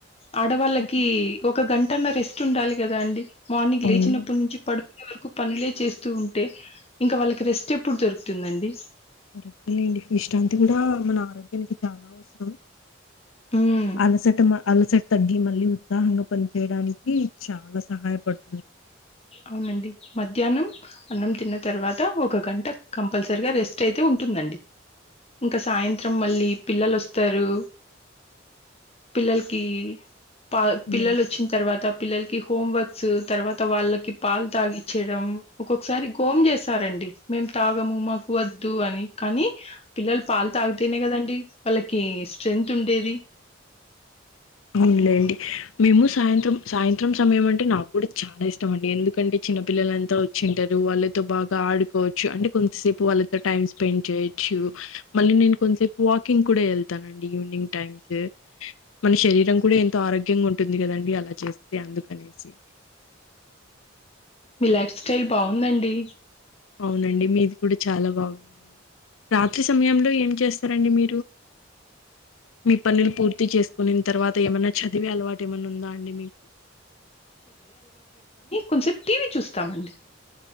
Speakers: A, on the left (about 30°); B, on the left (about 85°).
A: ఆడవాళ్ళకి
B: ఓకే.
A: ఒక గంటన్న రెస్ చుండాలి కదా అండి మార్నింగ్
B: అవునులే
A: లేచినప్పటి నుంచి పడు ఇ వరకు పనులే చేస్తూ ఉంటే ఇంకా వాళ్ళకి రెస్ట్ ఎప్పుడు దొరుకుతుందండి
B: కరెక్ట్ ఎ లేండి విష్టాంతిన్న కూడా మన ఆరోగ్యానికి చాలా అవసరం
A: ఉమ్
B: అలసట్టమా అలసట్ తగ్గి మళ్ళీ ఉత్సాహంగా పనిచేయడానికి చాలా సహాయపడ్
A: అవునండి మధ్యాహ్నం అన్నం తిన్న తర్వాత ఒక గంట కంపల్సరిగా రెస్ట్ అయితే ఉంటుందండి ఇంకా సాయంత్రం మళ్ళీ పిల్లల్ ఒస్త్ తరు పిల్లలకి పా
B: అవునండి.
A: పిల్లలు ఒచ్చిన్ తర్వాత పిల్లలకి హోమ్ వర్క్స్ తర్వాత్ అ వాళ్ళకి పాలు తాగిచ్చడం ఒక్కొక్కసారి గోమ్ చేస్తారండి మేం తాగము మాకు వద్దు అని కానీ పిల్లలు పాలు తాగితేనే కదండి వాళ్ళకి స్ట్రెంగ్త్ ఉండేది
B: అవునులేండి మేము సాయంత్రం సాయంత్రం ఇష్టం ఏమంటే నాకు కూడా చాలా ఇష్టం అండి ఎందుకంటే చిన్నపిల్లలంతా వచ్చి ఉంటారు వాళ్ళతో బాగా ఆడుకోవచ్చు అంటే కొంతసేపు వాళ్ళతో టైమ్ స్పెండ్ చేయొచ్చు మళ్ళీ నేను కొంతసేపు వాకింగ్ కూడా వెళ్తానండి ఈవినింగ్ టైమ్స్ మన శరీరం కూడా ఎంత్ ఆరోగ్యంగా ఉంటుంది కదండి అలా చేస్తే అందుకనేసి
A: రీలాక్స స్టైల్ బాగుందండి
B: అవునండి మీది కూడా చాలా బాగుందండి రాత్రి సమయంలో ఏం చేస్తారండి మీరు మీ పనులు పూర్తి చేసుకునిన తర్వాత ఏమన్నా చదివే అలవాటు ఏమన్నా ఉందా అండి మీకు
A: కొంసేపు టీవీ చూస్తామండి